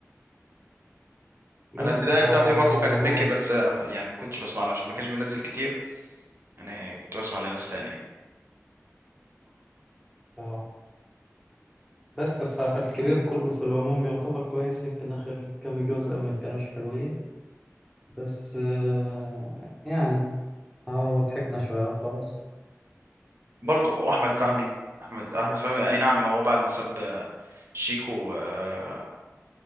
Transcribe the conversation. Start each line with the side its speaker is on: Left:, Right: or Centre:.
Centre: بس
Right: انا البدايه
Centre: ف
Right: بتاعتي برضو كانت ميكي
Centre: هو
Right: بس آه، ما- يعني ما كنتش بسمع له عشان ما كانش بينزل كتير انا كنت بسمع لناس تانية يعني
Centre: اه. بس ففي الكبير كله في العموم يعتبر كويس يمكن اخر كام جزء ما كانوش حلوين بس آه، يعني اه ضحكنا شوية وخلاص
Right: برضو واحمد فهمي احمد احمد فهمي اي نعم هو بعد ما ساب آه، شيكو وهشام